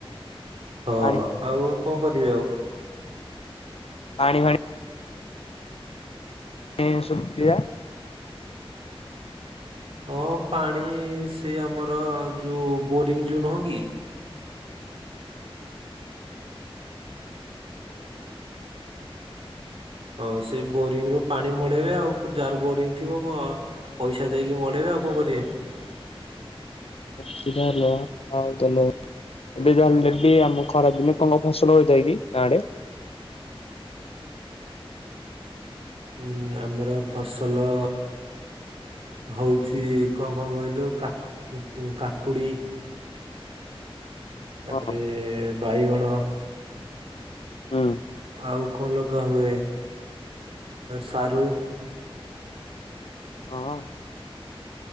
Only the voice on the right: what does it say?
ହଁ
ଆଉ କଣ କରିବି ଆଉ?
ହଁ ପାଣି ସେ ଆମର ଯୋଉ ବୋରିଂ ଯୋଉ ନୁହଁ କି ହଁ, ସେ ବୋରିଂ ରୁ ପାଣି ମଡ଼େଇବେ ଆଉ, ଯାହାର ବୋରିଂ ଥିବ ପଇସା ଦେଇକି ମ ପଢେଇବେ ଆଉ କଣ କରିବେ?
ଉୁଁ ଆମର ଫସଲ ହଉଛି କଣ କଣ କହିଲୁ କା କାକୁଡି ତାପରେ
ବାଇଗଣ
ଆଉ କଣ ଲଗା ହୁଏ ସାରୁ